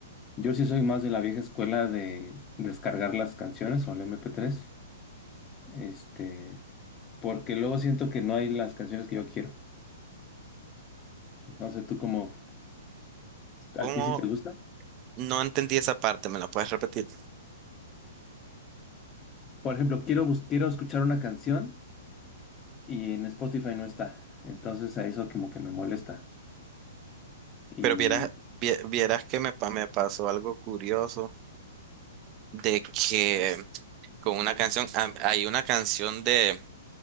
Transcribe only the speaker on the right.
como
No entendí esa parte, ¿me la puedes repetir?
Pero vieras, vie- vieras que me, pa- me pasó algo curioso de que con una canción, ah, hay una canción de,